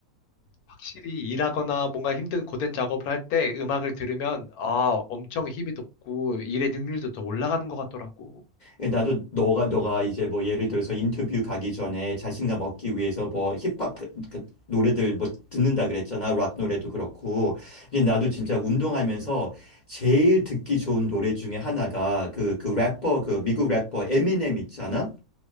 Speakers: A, on the left; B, on the left.
A: 확실히 일하거나 뭔가 힘든 고된 작업을 할 때 음악을 들으면 아, 엄청 힘이 돋고 일의 능률도 더 올라가는 것 같더라고.
B: 예, 나도 너가 너가 이제 뭐 예를 들어서 인터뷰 가기 전에 자신감 얻기 위해서 뭐 힙합 그- 그 노래들 뭐 듣는다 그랬잖아. 락 노래도 그렇고. 이데 나도 진짜
A: 음.
B: 운동하면서 제일 듣기 좋은 노래 중에 하나가 그 그 래퍼 그 미국 래퍼 에미넴 있잖아.